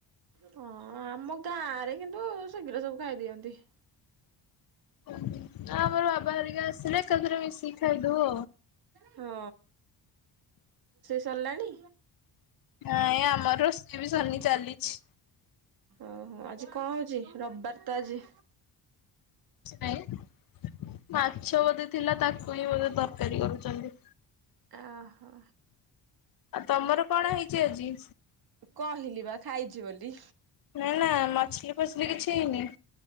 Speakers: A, on the right; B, on the left.
A: ହଁ ଆମକୁ ଗାଁ ରେ କିନ୍ତୁ ଶୀଘ୍ର ସବୁ ଖାଇଦିଅନ୍ତି <inaudible>
B: ହଁ ଆମର ବାବା ହେରିକା ଆସିଲେ। ଏକା ଥରେ ମିଶିକି ଖାଇ ଦଉ
A: ହଁ ଚଲାଣି
B: ନାଇଁ ଆମର ରୋଷେଇ ବି ସନି ଚାଲିଛି
A: ଓହୋ ଆଜି କଣ ହଉଛି ରବିବାର ତ ଆଜି?
B: ନ ମାଛ ବୋଧେ ଥିଲା ତାକୁ ହିଁ ବୋଧେ ତରକାରୀ କରୁଛନ୍ତି
A: ଓହୋ
B: ଆଉ ତମର କଣ ହେଇଛି ଆଜି?
A: କହିଲି ବା ଖାଇଛି ବୋଲି
B: ନା ନା ମଛଲି ଫଛଲି କିଛି ହେଇନି